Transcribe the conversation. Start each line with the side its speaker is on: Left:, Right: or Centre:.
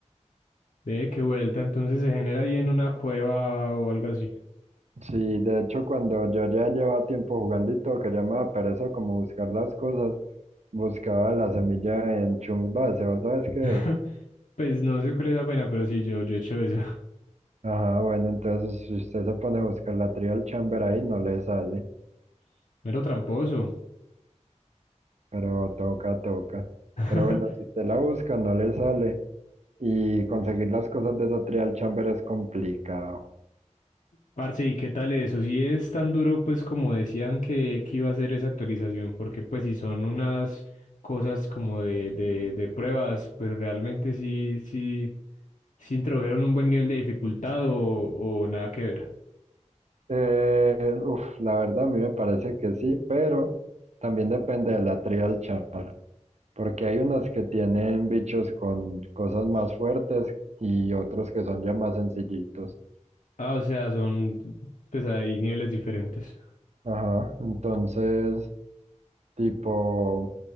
Left: Ve qué vuelta, entonces se genera ahí en una cueva o algo así.
Right: Sí, de hecho, cuando yo ya llevaba tiempo jugando y todo, que ya me daba pereza como buscar las cosas, buscaba la semilla en Chung Base, ¿vos sabes qué
Left: <laughs>
Right: es?
Left: Pues no sé cuál es la pena, pero sí, yo, yo he hecho eso.
Right: Ajá, bueno, entonces si usted se pone a buscar la Trial Chamber ahí, no le sale.
Left: <laughs> Mero tramposo.
Right: Pero toca, toca.
Left: <laughs>
Right: Pero bueno, si usted la busca, no le sale. Y conseguir las cosas de esa trial chamber es complicado.
Left: Parce, ¿y qué tal eso? Si es tan duro, pues como decían que, que iba a ser esa actualización, porque pues si son unas cosas como de, de, de pruebas, pues realmente sí, sí, sí introdujeron un buen nivel de dificultad o, o nada que ver.
Right: Eh, uf, la verdad a mí me parece que sí, pero también depende de la trial chamber. Porque hay unas que tienen bichos con cosas más fuertes y otros que son ya más sencillitos.
Left: Ah, o sea, son, pues hay niveles diferentes.
Right: Ajá, entonces, tipo,